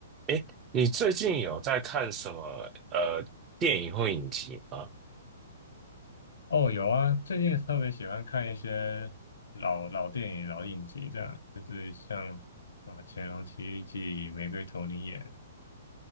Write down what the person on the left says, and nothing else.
哦，有啊，最近特别喜欢看一些老老电影、老影集，这样就是像什么《乾隆奇遇记》《玫瑰童林演》